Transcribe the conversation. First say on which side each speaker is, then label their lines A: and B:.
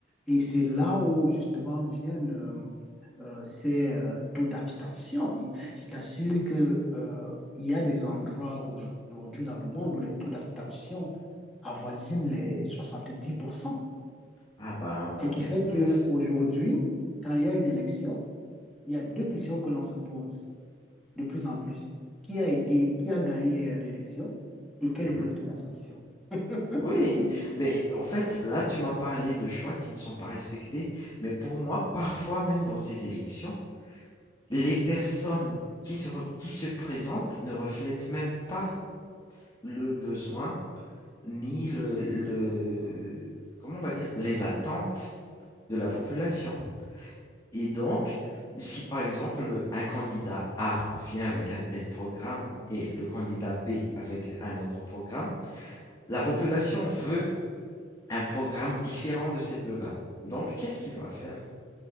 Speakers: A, in the centre; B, on the left.
A: Et c'est là où, justement, viennent euh, euh, ces euh, taux d'abstention. Et Je t'assure que, euh, il y a des endroits aujourd'hui dans le monde où les taux d'abstention avoisinent les soixante-dix pour cent
B: Ah bah, bah
A: ce qui
B: même
A: fait
B: plus.
A: qu'aujourd'hui, quand il y a une élection, il y a deux questions que l'on se pose de plus en plus. Qui a été, qui a gagné euh, l'élection et quelle
B: Mhm.
A: était l'autre faction? <laughs>
B: Oui, mais en fait, là, tu m'as parlé de choix qui ne sont pas respectés, mais pour moi, parfois même dans ces élections, les personnes qui se, re- qui se présentent ne reflètent même pas le besoin ni le, le, comment on va dire, les attentes de la population. Et donc, si par exemple un candidat A vient avec un tel programme et le candidat B avec un autre programme, la population veut un programme différent de ces deux-là. Donc, qu'est-ce qu'il va faire?